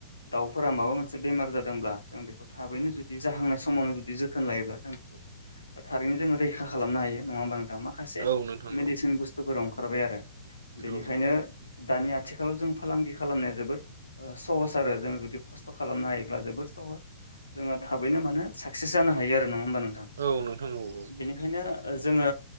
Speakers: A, on the left; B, on the right.
A: दाउफोरा माबा मोन से बेमार जादोंब्ला जों बेखौ थाबैनो जुदि जाहांनाय समावनो जुदि जोथोन लायोब्ला जों थारैनो जोङो रैखा खालामनो हायो नङा होमबा नों दा माखासे
B: औ नोंथां
A: मेडिसिन बुसथुफोराव ओंखारबाय आरो बेनिखायनो
B: औ
A: दानि आथिखालाव जों फालांगि खालामनाया जोबोर सहस आरो जों जुदि खस' खसथ' खालामनो हायोब्ला जोबोर सहस जोङो थाबैनो माने साकसेस जानो हायो आरो नङा होमबा नोंथां
B: औ नोंथां नंगौ
A: बेनिखायनो जोङो